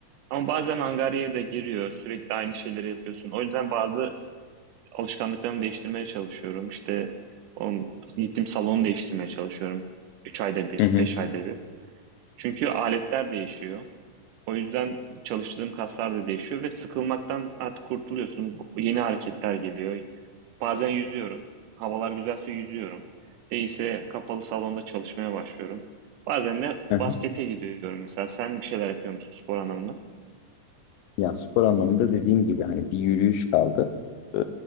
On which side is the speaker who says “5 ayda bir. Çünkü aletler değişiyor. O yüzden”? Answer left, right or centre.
Right